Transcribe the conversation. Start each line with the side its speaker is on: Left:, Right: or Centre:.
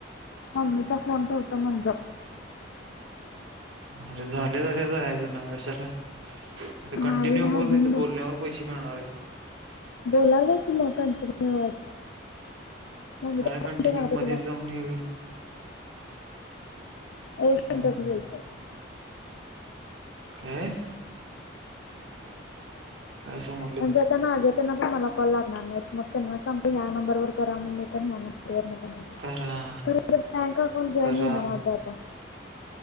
Left: मम्मीचा फोन ठेवतो म्हणलं.
Right: अरे झाले झाले जायचं ना कशाला? आता कंटिन्यू
Left: नाही ना
Right: बोलली
Left: घेऊन
Right: तर बोलण्यावर पैसे मिळणार आहे
Left: बोलालाय कि मकण तुमवज म
Right: काय कंटिन्यू
Left: ना
Right: मध्येच
Left: तुला
Right: जाऊन येईल
Left: एक
Right: हम्म
Left: मिनटच गेतो
Right: अह कसंम
Left: पण जताना आले त्यांना पण मला कॉल लागणार नाहीत मग त्यांना सांगू ह्या नंबर करा म्हण मी पण ह्या नं
Right: करा
Left: र बँक अकाउंट जॉईन
Right: करा
Left: होई ना माझा आता